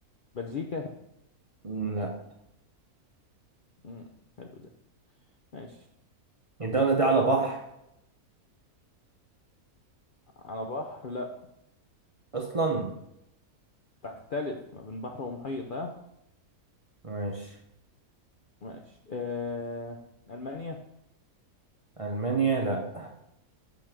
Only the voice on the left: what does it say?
بلجيكا
مم. حلو ده ماشي
على بحر لأ
تختلف ما بين بحر ومحيط ها
ماشي آه... ألمانيا